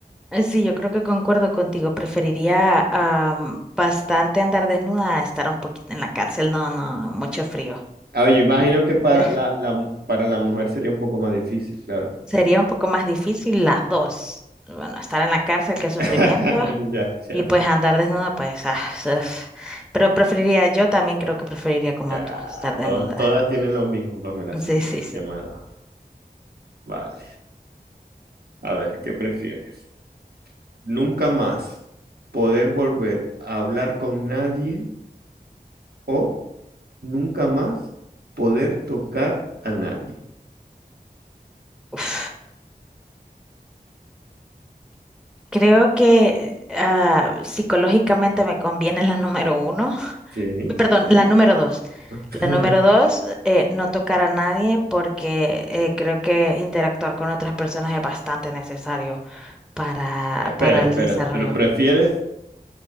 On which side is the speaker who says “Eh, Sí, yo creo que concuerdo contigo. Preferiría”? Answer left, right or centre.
Centre